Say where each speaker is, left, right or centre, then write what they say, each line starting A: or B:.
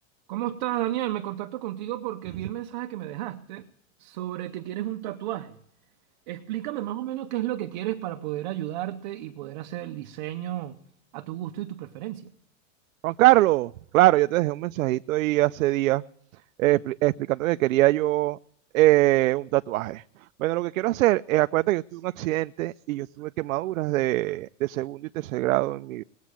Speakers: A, on the right; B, on the right.
A: ¿Cómo estás, Daniel? Me contacto contigo porque
B: Eh,
A: vi el mensaje que me dejaste sobre que quieres un tatuaje. Explícame más o menos qué es lo que quieres para poder ayudarte y poder hacer el diseño a tu gusto y tu preferencia.
B: Juan Carlos, claro, yo te dejé un mensajito ahí hace días eh, expli- explicando que quería yo eh, un tatuaje. Bueno, lo que quiero hacer, es acuérdate que yo tuve un accidente y yo tuve quemaduras de, de segundo y tercer grado en mi,